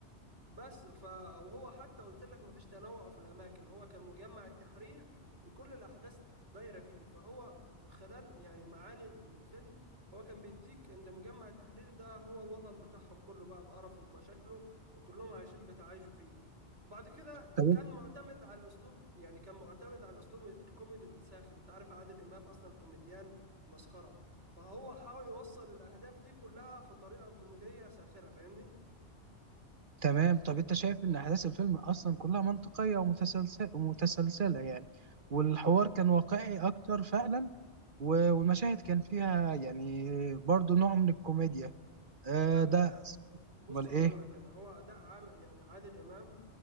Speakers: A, on the right (about 75°); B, on the right (about 50°).
A: بس ف وهو حتى قلت لك مفيش تنوع في الاماكن هو كان مجمع التحرير وكل الاحداث دايره فيه فهو خلال يعني معاني الفيلم هو كان بيديك ان مجمع التحرير ده هو الوطن بتاعهم كله بقى بقرفه بمشاكله وكلهم عايشين بتعايشوا فيه وبعد كده
B: طب
A: كان معتمد على الاسلوب يعني كان معتمد على الاسلوب الكوميدي الساخر انت عارف عادل امام اصلا كوميديان مسخره فهو حاول يوصل الاهداف دي كلها في طريقه كوميديه ساخره فاهمني
B: تمام طب انت شايف ان احداث الفيلم اصلا كلها منطقية ومتسلسلة ومتسلسلة يعني والحوار كان واقعي اكتر فعلا و- والمشاهد كان فيها يعني برضو نوع من الكوميديا آه
A: لا
B: ده
A: بص
B: امال
A: هقول
B: ايه
A: لك انا هو اداء عام يعني عادل امام